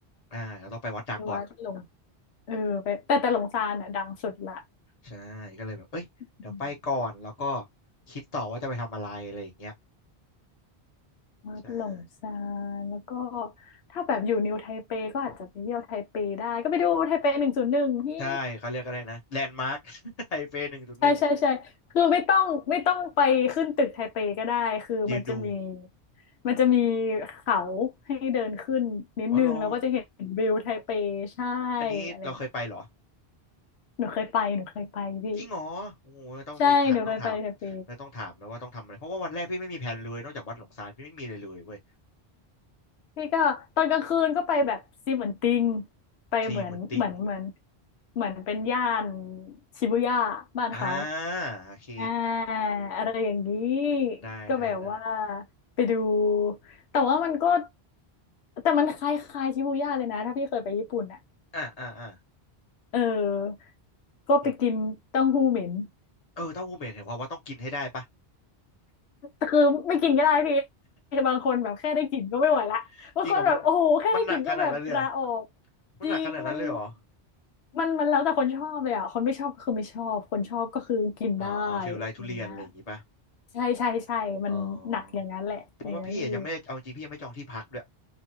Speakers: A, on the left (about 40°); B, on the left (about 80°).
A: อ่าเราต้องไปวัดดังก่อน
B: ที่วัดหลงเออไปแต่แต่หลงสานอ่ะดังสุดละ
A: ใช่ก็เลยแบบเอ้ยเดี๋ยวไปก่อนแล้วก็
B: อืม
A: คิดต่อว่าจะไปทำอะไรอะไรอย่างเงี้ย
B: วัดหลงซา
A: ใช่
B: นแล้วก็ถ้าแบบอยู่นิวไทเปก็อาจจะไปเที่ยวไทเปได้ ก็ไปดูไทเปหนึ่งศูนย์หนึ่งพี่
A: ใช่เขาเรียกอะไรนะแลนด์มาร์ค <laughs> ไทเป <laughs> หนึ่งจุดหนึ่ง
B: ใช่ใช่ใช่คือไม่ต้องไม่ต้องไปขึ้นตึกไทเปก็ได้ คือมันจะมี
A: ยืนดู
B: มันจะมีเขาให้เดินขึ้นนิดนึงแล้วก็จะเห็นวิวไทเปใช่
A: อ๋อเหรออันนี้เราเคยไปเหรอ
B: อะไรหนูเคยไปหนูเคยไปพี่
A: จริงเหรอโอ้โหต้องมีถามต้องถามแล้วต้องถามแล้วว่าต้องทำอะไรเพราะว่าวันแรกพี่ไม่มีแผนเลยนอกจากวัดหลงซานพี่ไม่มีเลยเลยเว้ย
B: ใช่หนูเคยไปไทเปพี่ก็ตอนกลางคืนก็ไปแบบซีเหมือนติงไปเหมือนเหมือนเหมือน
A: ซีเหมือนติง
B: เหมือนเป็นย่านชิบูย่าบ้านเขา
A: อ่าโอเค
B: อ่าอะไรอย่างนี้
A: ได้ได้ได้
B: ก็แบบว่าไปดูแต่ว่ามันก็แต่มันคล้ายๆชิบูย่าเลยนะถ้าพี่เคยไปญี่ปุ่นอ่ะ
A: อ่าอ่าอ่า
B: เออก็ไปกินเต้าหู้เหม็น
A: เห็นเออเต้าหู้เหม็นเห็นความว่าต้องกินให้ได้ปะ
B: แต่คือไม่กินก็ได้พี่บางคนแบบแค่ได้กลิ่นก็ไม่ไหวละบางคนแบบโอ้โหแค่ได้กลิ่นก็แบบลาออก
A: <laughs> จริงเหรอมันมันหนักขนาดนั้นเลยเหรอมันหนักขนาดนั้นเลยเหรอ
B: จริงมันมันมันแล้วแต่คนชอบเลยอ่ะคนไม่ชอบก็คือไม่ชอบคนชอบก็คือกินได้
A: อ๋อฟิลไลทุเรียนอะไรอย่างงี้ปะ
B: อย่างเงี้ยใช่ใช่ใช่มันหนักอย่างนั้นแหละอย่างเงี้ยพี่
A: อ๋อเพราะว่าพี่อะยังไม่ได้เอาจริงพี่ยังไม่จองที่พักด้วย